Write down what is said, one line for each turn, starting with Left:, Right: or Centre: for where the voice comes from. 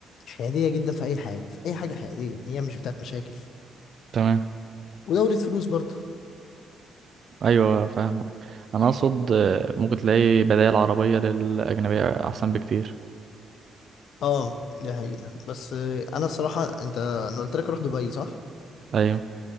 Left: حيادية جدا في أي حاجة في أي حاجة حيادية هي مش بتاعت مشاكل
Right: تمام
Left: ودورة فلوس برضو
Right: ايوه فاهمك انا اقصد آه، ممكن تلاقي بدائل عربية للأجنبية احسن بكتير
Left: اه دي حقيقة بس آه، أنا الصراحة أنت أنا قلت لك أروح دبي صح؟
Right: ايوه